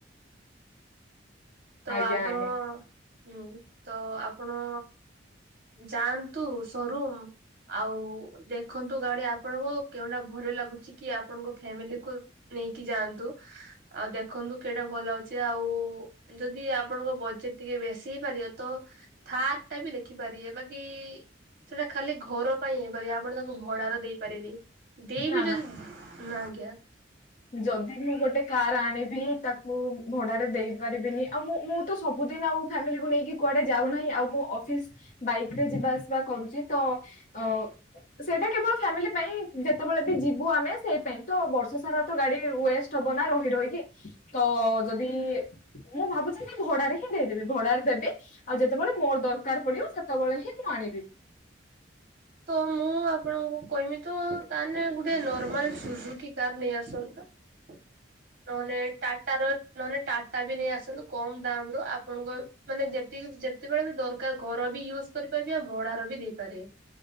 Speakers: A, on the right; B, on the left.
A: ତ
B: ଆଜ୍ଞା
A: ଆପଣ
B: ଆଜ୍ଞା
A: <inaudible> ହୁଁ <inaudible> ତ ଆପଣ ଯାଆନ୍ତୁ ସରୁମ୍। ଆଉ ଦେଖନ୍ତୁ ଗାଡି ଆପଣଙ୍କୁ କେଉଁଟା ଭଲ ଲାଗୁଛି କି ଆପଣଙ୍କ ଫ୍ୟାମିଲି କୁ? ନେଇକି ଯାଆନ୍ତୁ। ଆଉ ଦେଖନ୍ତୁ କେଟା ଭଲ ଲାଉଛି ଆଉ ଯଦି ଆପଣଙ୍କ ବଜେଟ ଟିକେ ବେଶୀ ହେଇପାରିବ ତ ଥାର୍ ଟା ବି ଦେଖିପାରିବେ ବାକି ଇ - ଇ ସେଇଟା ଖାଲି ଘର ପାଇଁ ହେଇ ପରିବା। ଆପଣ ତାଙ୍କୁ ଭଡାର ଦେଇପାରିବେନି। ଦେଇବି
B: ନା
A: ଯଦି <unintelligible>
B: ଯଦି ମୁଁ ଗୋଟେ କାର୍ ଆଣିବି ତାକୁ ଭଡାରେ ଦେଇ ପାରିବିନି ଆଉ ମୁଁ ମୁଁ ତ ସବୁଦିନ ଆଉ ଫାମିଲିକୁ ନେଇକି କୁଆଡେ ଯାଉନାହିଁ। ଆଉ ମୁଁ ଅଫିସ ବାଇକ ରେ ଯିବା ଆସିବା କରୁଛି। ତ ଅ ସେଇଟା କେବଳ ଫ୍ୟାମିଲି ପାଇଁ। ଯେତେବେଳେ ବି ଯିବୁ ଆମେ ସେଇ ପାଇଁ ତ ବର୍ଷ ସାରା ତ ଗାଡି ୱେଷ୍ଟ ହବ ନା ରହି ରହିକି। <inaudible> ତ ଯଦି ମୁଁ ଭାବୁଛନ୍ତି ଭଡାରେ ହିଁ ଦେଇଦେବି। ଭଡାରେ ଦେବି। ଆଉ ଯେତେବେଳେ ମୋର ଦରକାର ପଡିବ ସେତେବେଳେ ହିଁ ମୁଁ ଆଣିବି।
A: ତ ମୁଁ ଆପଣଙ୍କୁ କହିମି ତ ତାନେ ଗୋଟେ ନର୍ମାଲ ସୁଜୁ କି କାର ନେଇ ଆସନ୍ତ। ନହଲେ ଟାଟା ର ନହେଲେ ଟାଟା ବି ନେଇ ଆସନ୍ତୁ। କମ ଦାମ ରୁ ଆପଣଙ୍କ <inaudible> ମାନେ ଯେ ଯେତେବେଳେ ବି ଦରକାର ଘର ବି ୟୁଜ୍ କରିପାରିବେ ଆଉ ଭଡାର ବି ଦେଇପାରିବେ।